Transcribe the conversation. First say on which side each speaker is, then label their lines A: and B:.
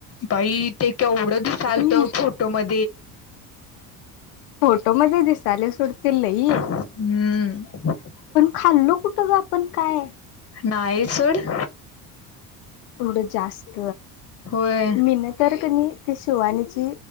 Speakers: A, on the left; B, on the left.
A: बाई ते केवढं दिसालत
B: नाही
A: फोटो म
B: फोटो मध्ये दिसाले सुडतील नाहीे
A: हम्म
B: खाल्लो कुठं ग आपण काय
A: नाहीचड
B: एवढं जास्त
A: होय
B: मीन तर कमी ते शिवानीची